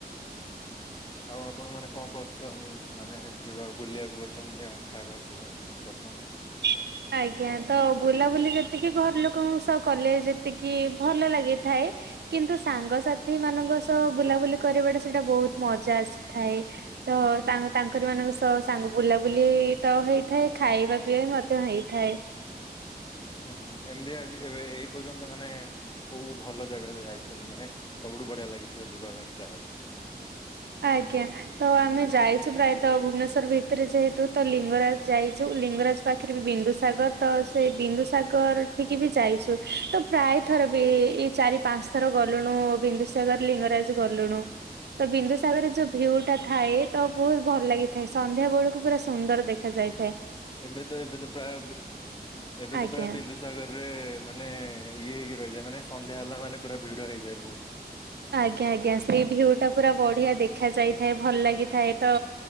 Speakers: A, on the left; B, on the right.
A: ଆଉ ଆପଣ ମାନେ କଣ ପସ ସନ ମାନେ ଯିବା ବୁଲିବାକୁ ବସନ୍ତି ଆଉ ଖାଇବା ପିଇବା ମନ ପସନ୍ଦ।
B: କି। ଆଜ୍ଞା ତ ବୁଲାବୁଲି ଯେତିକି ଘର ଲୋକଙ୍କ ସହ କଲେ ଯେତିକି ଭଲ ଲାଗିଥାଏ କିନ୍ତୁ ସାଙ୍ଗସାଥି ମାନଙ୍କ ସହ ବୁଲାବୁଲି କରିବାଟା ସେଇଟା ବହୁତ ମଜା ଆସିଥାଏ। ତ
A: ହୁଁ
B: ତା ତାଙ୍କରି ମାନଙ୍କ ସହ ସାଙ୍ଗ ବୁଲାବୁଲି ତ ହେଇଥାଏ ଖାଇବା ତ ହେଇଥାଏ।
A: ହୁଁ ହୁଁ ଏମିତି ଆଜି ଏବେ ଏଇ ପର୍ଯ୍ୟନ୍ତ ମାନେ କୋଉ ଭଲ ଜାଗା ଜା- ଯାଇଛନ୍ତି ମାନେ ସବୁଠୁ ବଢିଆ ଲାଗିଥିବ ଯିବା ପାଇଁ ଜାଗା ଟା?
B: ଆଜ୍ଞା। ତ ଆମେ ଯାଇଛୁ ପ୍ରାୟତଃ ଭୁବନେଶ୍ଵର ଭିତରେ ଯେହେତୁ ତ ଲିଙ୍ଗରାଜ ଯାଇଛୁ ଲିଙ୍ଗରାଜ୍ ପାଖରେ ବି ବିନ୍ଦୁସାଗର ତ ସେଇ ବିନ୍ଦୁସାଗର ଠିକି ବି ଯାଇସୁ ତ ପ୍ରାୟ ଥର ବି ଏଇ ଚାରି ପାଞ୍ଚ ଥର ଗଲୁଣୁ ବିନ୍ଦୁସାଗର ଲିଙ୍ଗରାଜ ଗଲୁଣୁ। ତ ବିନ୍ଦୁସାଗରରେ ଯୋଉ ଭ୍ୟୁ ଟା ଥାଏ ତ ବହୁତ୍ ଭଲ
A: ହୁଁ
B: ଲାଗିଥାଏ। ସନ୍ଧ୍ୟା ବେଳକୁ ପୁରା ସୁନ୍ଦର ଦେଖାାଯାଇଥାଏ।
A: ଏବେ ତ ଏବେ ତ ପ୍ରାୟ ଏବେ
B: ଆଜ୍ଞା
A: ତ ପ୍ରାୟ ବିନ୍ଦୁସ ସାଗରରେ ମାନେ ଇଏ ହେଇକି ରହିଯାଏ ମାନେ ସନ୍ଧ୍ୟା ହେଲା ମାନେ ପୁରା ଭିଡ଼ ହେଇଯାଏ ବହୁତ୍।
B: ଆଜ୍ଞା ଆଜ୍ଞା ସେଇ ବି ଯୋଉଟା। ପୁରା ବଢିଆ ଦେଖା ଯାଇଥାଏ ଭଲ ଲାଗିଥାଏ ତ